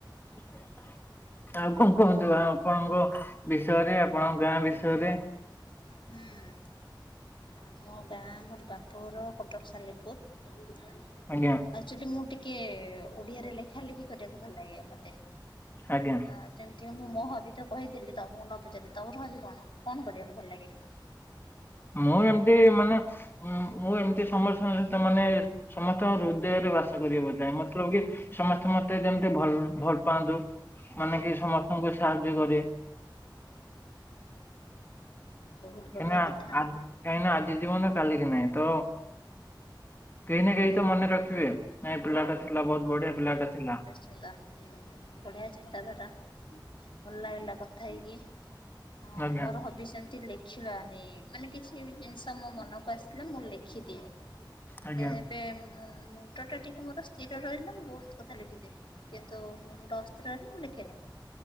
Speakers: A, on the left; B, on the left.
A: ହ ଆଉ କଣ
B: ହୁଁ
A: କୁହନ୍ତୁ ଆପଣଙ୍କ ବିଷୟରେ ଆପଣଙ୍କ ଗାଆଁ ବିଷୟରେ?
B: ହୁଁ। ଆ ମୋ ଗାଆଁ ମୋର ବାପଘର କଟକ ସାଲେପୁର ଆଉ
A: ଆଜ୍ଞା
B: ଯଦି ମୁଁ ଟିକେ ଓଡିଆରେ ଲେଖାଲେଖି କରିବାକୁ ଭଲ ଲାଗେ ମତେ।
A: ଆଜ୍ଞା।
B: ଅ-ଅ ଯେମିତି ମୁଁ ମୋ ହବି ତ କହିଦେଲି ତ ମୁଁ ନ ପଚାରି ତମର ହବି କଣ, କଣ କରିବାକୁ ଭଲ ଲାଗେ?
A: ମୁଁ ଏମିତି ମାନେ ମୁଁ-ମୁଁ ଏମିତି ସମସ୍ତଙ୍କ ସହିତ ମାନେ ସମସ୍ତଙ୍କ ହୃଦୟରେ ବାସ କରିବାକୁ ଚାହେଁ, ମତଲବ କି ସମସ୍ତେ ମତେ ଯେମିତି ଭଲ୍ ଭଲ ପାଆନ୍ତୁ ମାନେ କି ସମସ୍ତଙ୍କୁ ସାହାଯ୍ୟ କରେ।
B: ହୁଁ ବହୁତ ବଢ଼ିଆ
A: କାହିଁନା ଆ
B: କଥା
A: କାହିଁକିନା ଆଜି ଜୀବନ କାଲିକି ନାହିଁ ତ କେହି ନା କେହି ତ ମନେ ରଖିବେ ନାଇଁ ଏ ପିଲାଟା ଥିଲା ବହୁତ ବଢିଆ ପିଲାଟା ଥିଲା।
B: ହୁଁ-ଉଁ-ଉଁ-ଉଁ ବଢ଼ିଆ ଚିନ୍ତାଧାରା ଭଲ ଲାଗିଲା କଥା ହେଇକି। ହଁ-କ-ଅ
A: ଆଜ୍ଞା
B: ମୋର ହବି ସେମତି ଲେଖିବା ନି ମାନେ କିଛି ଜିନିଷ ମୋ ମନକୁ ଆସିଲା ମୁଁ ଲେଖ୍ ଖିଦିଏ,
A: ଆଜ୍ଞା
B: ଏବେ ମୁଁ-ମୁଁ ଟିକେ ମୋର ସ୍ଥିର ରହିଲେ ମୁଁ ବହୁତ କଥା ଲେଖିଦେବି କିନ୍ତୁ ମୁଁ ମୁଣ୍ଡ ଅସ୍ଥିର ରହିଲେ ମୁଁ ଲେଖେନି।